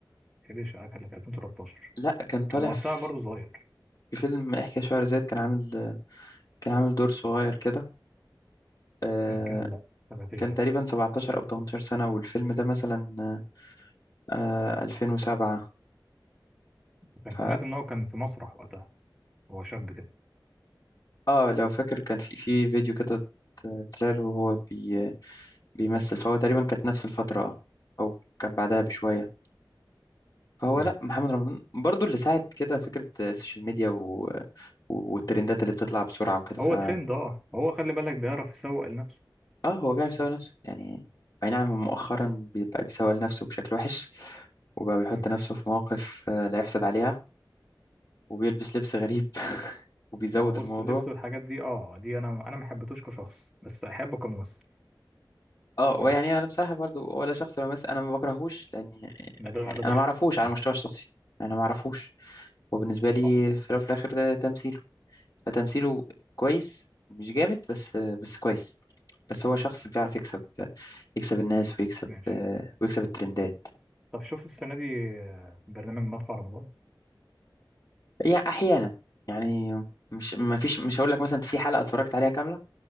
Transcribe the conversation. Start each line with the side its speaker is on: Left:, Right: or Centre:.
Centre: حديقة شقة كان في 2013
Left: لا كان طالع
Centre: كان وقتها
Left: في
Centre: برضه صغير
Left: في فيلم احكي يا شهرزاد كان عامل كان عامل دور صغير كده آه،
Centre: يمكن لا ما تابعتش
Left: كان
Centre: ده
Left: تقريبا 17 او 18 سنة والفيلم ده مثلا آه، 2007
Centre: وكان
Left: ف
Centre: سمعت ان هو كان في مسرح وقتها هو شاب كده
Left: اه لو فاكر كان في في فيديو كده طلع له وهو بي بيمثل فهو تقريبا كانت نفس الفترة اه او كان بعدها بشوية فهو
Centre: مم.
Left: لا محمد رمضان برضو اللي ساعد كده فكرة السوشيال ميديا و... والترندات اللي بتطلع بسرعة وكده ف
Centre: هو ترند اه هو خلي بالك بيعرف يسوق لنفسه
Left: اه هو بيعرف يسوق نفسه يعني اي نعم مؤخرا بيبقى بيسوق لنفسه بشكل وحش وبقى بيحط
Centre: مم.
Left: نفسه في مواقف آه، لا يحسد عليها وبيلبس لبس غريب <laughs> وبيزود
Centre: ما هو
Left: الموضوع
Centre: بص اللبس والحاجات دي اه دي انا انا ما حبيتوش كشخص بس احبه كممثل
Left: اه
Centre: بصراحة
Left: ويعني انا بصراحه برضو ولا شخص بمثل انا ما بكرهوش لان يعني
Centre: لا ده ولا
Left: انا
Centre: ده
Left: ما اعرفوش على
Centre: <laughs>
Left: المستوى الشخصي انا ما اعرفوش وبالنسبه لي
Centre: صح
Left: في الاول وفي الاخر ده تمثيله فتمثيله كويس مش جامد بس بس كويس بس هو شخص بيعرف يكسب يكسب الناس ويكسب
Centre: ماشي
Left: آه، ويكسب الترندات
Centre: طب شفت السنة دي آه، برنامج مدفع رمضان
Left: يعني احيانا يعني مش ما فيش مش هقول لك مثلا في حلقه اتفرجت عليها كامله